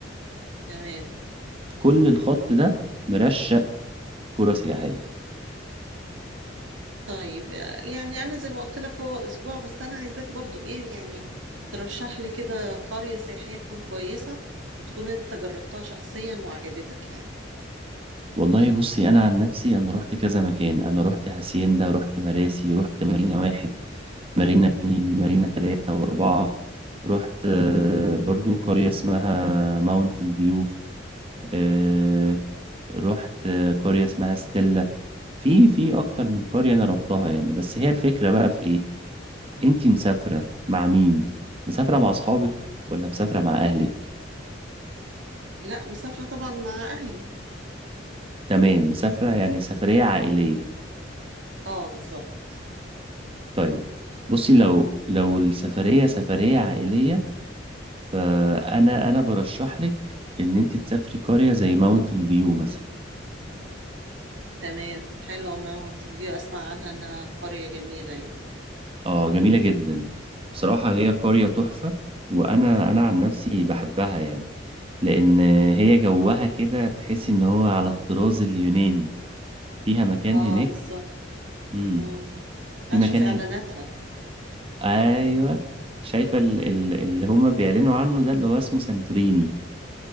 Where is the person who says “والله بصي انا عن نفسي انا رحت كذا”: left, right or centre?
Right